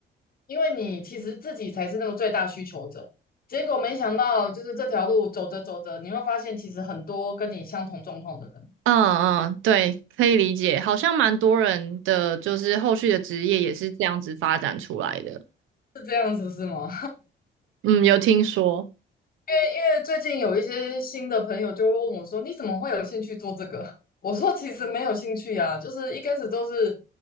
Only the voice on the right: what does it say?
嗯嗯，对，可以理解，好像蛮多人的就是后续的职业也是这样子发展出来的。
嗯，有听说。